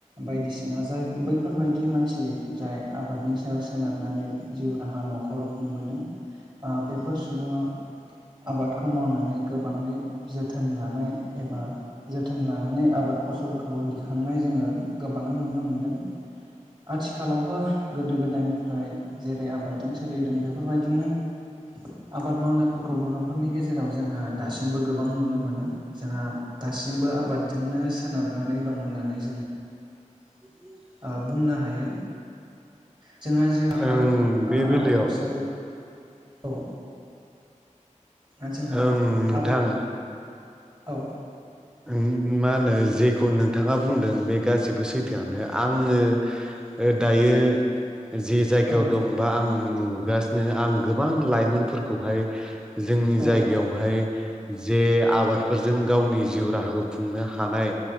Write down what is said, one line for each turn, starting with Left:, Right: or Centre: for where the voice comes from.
Right: बायदिसिना जाय बैफोरबायदि मानसि जाय आबादनि सायाव सोनारनानै जिउ राहा न'खर खुंबोदों ओ बेफोर सुबुङा आबादखौ मावनानै गोबाङै जोथोन लानाय एबा जोथोन लानानै आबाद फसलखौ दिखांनाय जोङो गोबाङै नुनो मोनदों। आथिखालावबो गोदो गोदायनिफ्राय जेरै आबादजों सोलिदों बेफोरबायदिनो आबाद मावनायफोरखौ बर'फोरनि गेजेराव जोंहा दासिमबो गोबां नुनो मोनो। जोंहा दासिमबो आबादजोंनो सोनारनानै दं होननानै जों
Centre: <inaudible>
Right: ओ बुंनो हायो। जोंहा जिउहा
Centre: ओं बे
Right: ओ
Centre: बेलायाव
Right: आबाद फसलखौ <inaudible> जोंहा
Centre: ओं नोंथां
Right: आबाद औ
Centre: उम मा होनो जेखौ नोंथाङा बुंदों बे गासिबो सैथोआनो आङो ओ दायो जि जायगायाव
Right: औ
Centre: दंबा आं नुगासिनो आं गोबां लाइमोनफोरखौहाय जोंनि
Right: औ
Centre: जायगायावहाय जे आबादफोरजों गावनि जिउ राहाखौ खुंनो हानाय